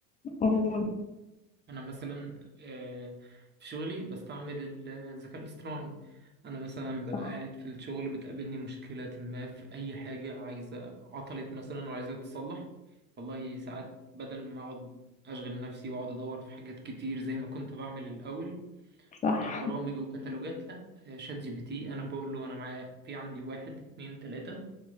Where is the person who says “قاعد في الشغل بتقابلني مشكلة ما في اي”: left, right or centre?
Right